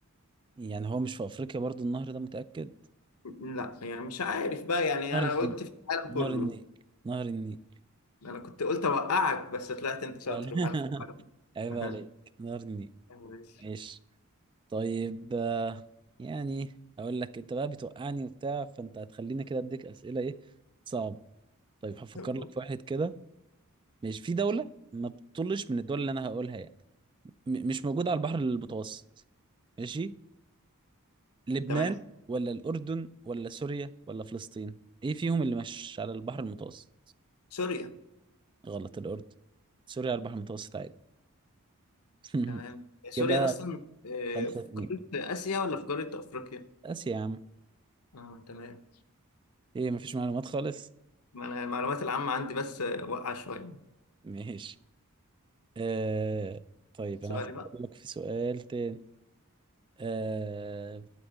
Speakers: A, on the right; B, on the left.
A: يعني هو مش في افريقيا برضو النهر ده متاكد
B: لا يعني مش عارف بقى يعني
A: نهر
B: انا
A: النيل
B: قلت في العالم كله
A: نهر النيل نهر النيل
B: انا كنت قلت اوقعك بس طلعت انت شاطر
A: <laughs>
B: وعارف العالم
A: عيب عليك
B: <laughs>
A: نهر النيل
B: ماشي.
A: ماشي طيب آه، يعني اقول لك انت بقى بتوقعني وبتاع فانت هتخليني كده اديك اسئله ايه صعبه طيب هفكر
B: طب-
A: لك في واحد كده ماشي في دوله ما بتطلش من الدول اللي انا هقولها يعني م- مش موجوده على البحر المتوسط ماشي لبنان
B: تمام
A: ولا الأردن ولا سوريا ولا فلسطين ايه فيهم اللي مش على البحر المتوسط
B: سوريا
A: غلط الأردن سوريا على البحر المتوسط عادي <laughs>
B: تمام سوريا
A: كده
B: اصلا آه،
A: خمسة
B: في
A: اتنين
B: قاره اسيا ولا في قاره افريقيا
A: بس يا عم
B: اه تمام
A: ايه مفيش معلومات خالص
B: ما انا المعلومات العامه عندي بس آه، واقعه شويه
A: ماشي آه... طيب
B: سؤالي
A: انا هفكر
B: بقى
A: لك في سؤال تاني آه...